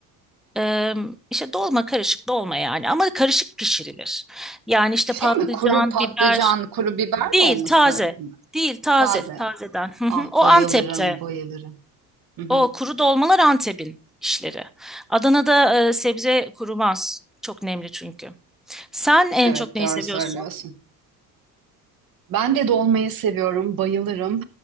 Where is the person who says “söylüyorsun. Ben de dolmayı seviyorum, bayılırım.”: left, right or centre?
Right